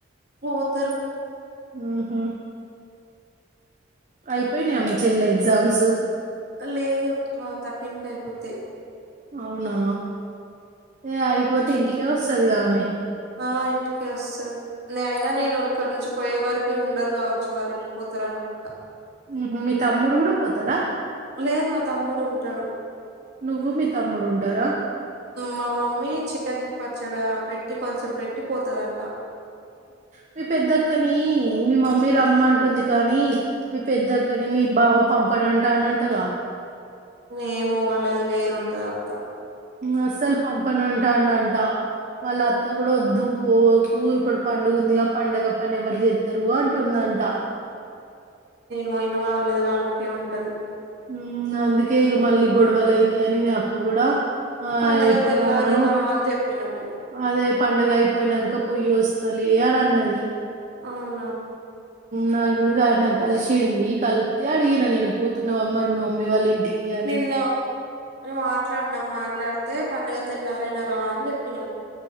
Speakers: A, on the right; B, on the right.
A: పోతరు
B: ఆహా అయిపోయినాయా మీ చెల్లి ఎగ్జామ్స్
A: లేదు ఒక థర్టీన్ కి అయిపోతే
B: అవునా ఏ అగిపోతే ఇంటికే వస్తుదిగామె
A: ఆ ఇంటికి వస్తుంది అయినా నేను ఇక్కడ నుంచి పోయే వారుకు అక్క ఉండరు కావచ్చు వారు వెళ్ళిపోతారు అనుకుంటా
B: ఉహు మీ తమ్ముడు కూడా పోతాడా
A: లేదు మా తమ్ముడు ఉంటాడు
B: నువ్వు మీ తమ్ముడు ఉంటారా
A: మా మమ్మీ చికెన్ పచ్చడి పెట్టి కొంచెం పెట్టి పోతుందంట
B: మీ పెద్దక్కని మీ మమ్మీ రా అమ్మ అంటుంది కానీ మీ పెద్దక్కని మీ బావ పంపని అంట అన్నంటగా
A: ఏమో వాళ్ళది వేరుంటది అంతా
B: అస్సలు పంపాను అంటాండ అంట వాళ్ళ అత్త కూడా వద్దు పోకు ఇప్పుడు పండు గా పండుగ పని ఎవరు చెస్తారు అంటుందంట
A: మై వాళ్ళది వాళ్ళకే ఉంటది
B: ఉ అందకే ఈ మళ్ళ గొడవల్ల అయితయని మీ అక్క కూడాడా ఆ
A: పండగ
B: ఇప్పుడు
A: తెల్లారి
B: రాను
A: రా అని చెప్పినాం మేము
B: అదే పండుగ అయిపోయినాక పొయ్యి వస్తలే అని అన్నది
A: అవునా
B: నా నాకు కలిసియంండి కలిస్తతే అడిగిన నేను పోతున్నావ మరి మమ్మీ వాళ్ళ ఇంటికి అని
A: నిన్న మాట్లాడునాం మాట్లాడు అయితే పండుగ తెల్లారన రా అని చెప్పినాం